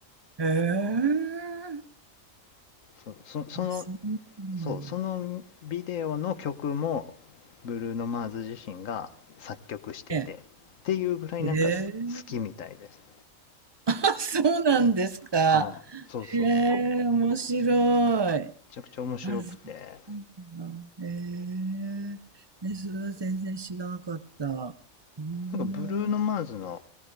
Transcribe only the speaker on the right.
ええ。
あ、そうなんだ。
ええ。
ええ。あ、そうなんですか。
え
え、面白い。
あ、そうなんだ。ええ、ね、それは全然知らなかった。うーん、